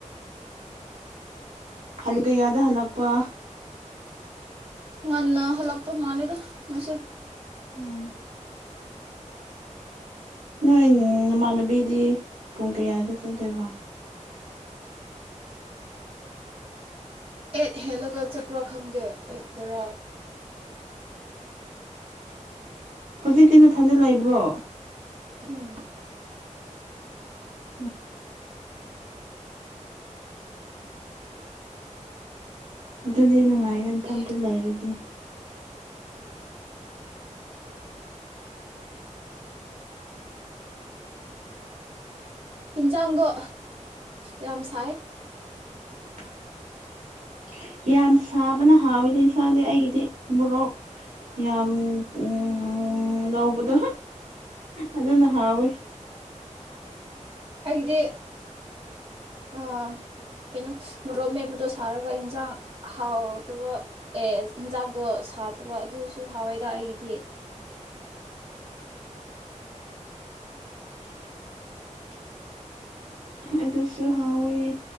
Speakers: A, on the right; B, on the right.
A: ꯍꯜꯒꯌꯥꯗ ꯍꯜꯂꯛꯄ
B: ꯉꯟꯅ ꯍꯜꯂꯄ ꯃꯥꯂꯦꯗ ꯃꯣꯏꯁꯦ
A: ꯎꯝ ꯅꯣꯏ ꯅꯃꯥꯟꯅꯕꯤꯗꯤ ꯄꯨꯡ ꯀꯌꯥꯗꯤ ꯄꯨꯗꯣꯏꯕ
B: ꯑꯦꯠ ꯍꯦꯜꯂꯒ ꯆꯠꯄ꯭ꯔꯣ ꯈꯪꯗꯦ ꯑꯦꯠꯗꯔꯣ
A: ꯍꯧꯖꯤꯛꯇꯤ ꯃꯊꯟꯗ ꯂꯩꯕ꯭ꯔꯣ
B: ꯎꯝ
A: ꯎꯝ ꯑꯗꯨꯗꯤ ꯅꯨꯡꯉꯥꯏ ꯏꯟꯊꯟꯇ
B: ꯑꯦ
A: ꯂꯩꯔꯗꯤ ꯎ
B: ꯏꯟꯖꯥꯡꯗꯣ ꯌꯥꯝ ꯁꯥꯏ
A: <unintelligible> ꯌꯥꯝ ꯁꯥꯕꯅ ꯍꯥꯎꯋꯤꯅꯦ ꯏꯟꯁꯥꯡꯗꯤ ꯑꯩꯒꯤꯗꯤ ꯃꯣꯔꯣꯛ ꯌꯥꯝ ꯎ ꯂꯧꯕꯗꯣ ꯑꯗꯨꯅ ꯍꯥꯎꯋꯦ
B: ꯑꯩꯗꯤ ꯑ ꯀꯩꯅꯣ ꯃꯔꯣꯛ ꯃꯦꯄꯗꯣ ꯁꯥꯔꯒ ꯏꯟꯖꯥꯡ ꯍꯥꯎꯗꯕ ꯑꯦꯁ ꯌꯦꯟꯖꯥꯡꯗꯣ ꯁꯥꯠꯇꯕ ꯑꯗꯨꯁꯨ ꯍꯥꯎꯋꯦꯗ ꯑꯩꯗꯤ
A: ꯍ ꯑꯗꯨꯁꯨ ꯍꯥꯎꯋ